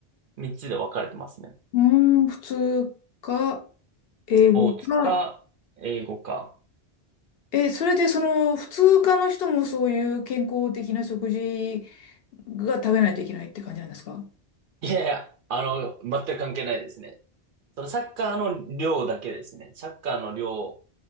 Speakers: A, on the right (about 60°); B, on the left (about 65°).
A: 3つで分かれてますね。
B: うーん、普通か、英語か。
A: スポーツ科、英語科。
B: え、それでその普通科の人もそういう健康的な食事が食べないといけないって感じなんですか
A: いやいや、あの、全く関係ないですね。そのサッカーの量だけですね。サッカーの量